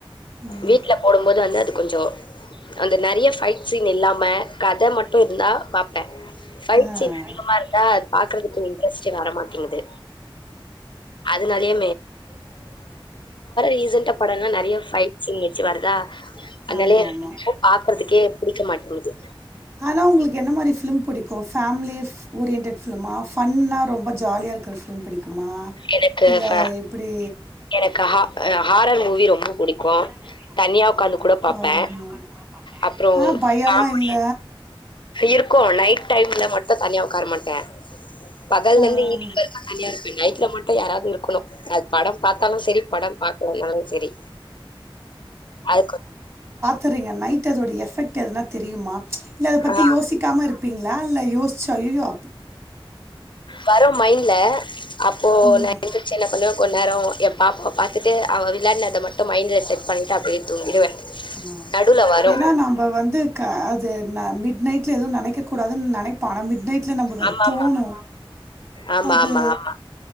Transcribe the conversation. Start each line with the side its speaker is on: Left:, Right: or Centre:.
Right: ம்
Left: வீட்ல போடும்போது வந்து அது கொஞ்சோ அந்த நெறைய ஃபைட் சீன் இல்லாம கத மட் டு இருந்தா பாப்பே ஃபைட்
Right: ஆ
Left: சீன் அதிகமா இருந்தா அது பாக்குறதுக்கு <unintelligible> வரமாட்டேங்குது அதுனாலயே ரீசெண்டா படங்கள்லா நெறைய ஃபைட் சீன் வச்சு வருதா அதனாலே
Right: ஆமாமா
Left: பாக்குறதுக்கே புடிக்க மாட்டேங்குது
Right: ஆனா உங்களுக்கு என்ன மாரி ஃபிலிம் பிடிக்கு ஃபேமிலி ஓரியன்ட்டட் ஃபிலிமா ஃபன்னா ரொம்ப ஜாலியா இருக்க ஃபிலிம் பிடிக் குமா
Left: எனக்கு
Right: இல்ல
Left: ஃப
Right: எப்டி
Left: எனக்கு ஹா ஹா ஹாரர் மூவி ரொம்ப புடிக்கும்
Right: மூவி
Left: தனியா
Right: பிடிக்கு,
Left: உக்காந்து கூட பாப்பே
Right: ஹாரர் மூவி
Left: அப்புறோ
Right: ஆ பயல்லா
Left: காமடி
Right: இல்ல
Left: இருக்கு நைட் டைம்ல மட்டு தனியா உக்கார மாட்டே பகல்லருந்து
Right: ஆ
Left: ஈவ்னிங் வரைக்கும் தனியா இருப்பே நைட்ல மட்டும் யாராவது இருக்கணும் அது படம் பாத் தாலும் சரி படம் பாக்கலனாலும் சரி அது
Right: துரீங்க நைட் அதோட எஃபெக்ட் எதுனா தெரியுமா ச் இல்ல அத பத்தி
Left: ஆ
Right: யோசிக்காம இருப் பீங்களா இல்ல யோசுச்சு ஐயயோ
Left: வரும் மைண்ட்ல அப்போ
Right: ம்.
Left: நா எந்துச்சு என்ன பண்ணுவே கொஞ்சநேரம் பாப்பாவ பாத்துட்டு அவ விளயான்னத மட்டு மைண்ட்ல செட் பண்ணிட்டு அ அப்டியே தூங்கிடுவே
Right: ஆ
Left: நடுவுல வரு
Right: ஏன்னா நம்ப வந்து க அது மிட் நைட்ல எதுவும் நினைக்கக் கூடாது நினைப்போ ஆனா மிட் நைட் ல நமக்கு அது
Left: ஆமா
Right: தோணும்
Left: ஆமா ஆமா
Right: அது
Left: ஆமா ஆமா